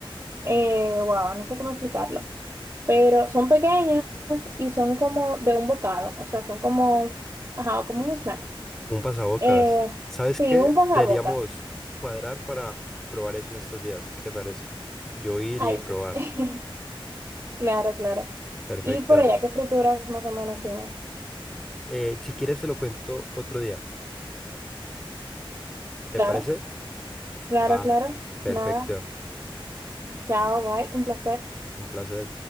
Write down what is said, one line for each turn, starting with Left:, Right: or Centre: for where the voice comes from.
Right: eh, wow, no sé cómo explicarlo, pero son pequeñas y son como de un bocado, o sea, son como, ajá, como un snack.
Centre: Un pasabocas.
Right: Eh,
Centre: ¿Sabes
Right: sí,
Centre: qué?
Right: un pasabocas.
Centre: Deberíamos cuadrar para probar eso en estos días. ¿Qué te parece? Yo ir
Right: Ahí
Centre: y probar.
Right: sí. <laughs> Claro, claro.
Centre: Perfecto.
Right: Y por allá, ¿qué frituras más o menos tienen?
Centre: Eh, si quieres, te lo cuento otro día. ¿Te
Right: Claro,
Centre: parece?
Right: claro,
Centre: Va.
Right: claro.
Centre: Perfecto.
Right: Nada. Chao, bye. Un placer.
Centre: Un placer.